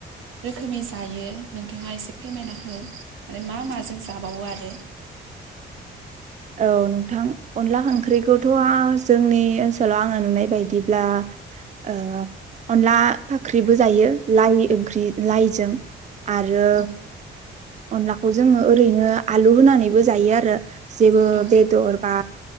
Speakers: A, on the right; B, on the right.
A: रोखोमै जायो नोंथाङा एसे फोरमायना हो, माने मा माजों जाबावो आरो
B: औ नोंथां अनला ओंख्रिखौथ'
A: औ
B: आज जोंनि ओनसोलाव आङो नुनाय बायदिब्ला ओह अनला फाख्रिबो जायो लाइ ओंख्रि लाइजों आरो
A: औ
B: अनलाखौ जोङो ओरैनो आलु होनानैबो जायो आरो। जेबो
A: औ
B: बेदर बा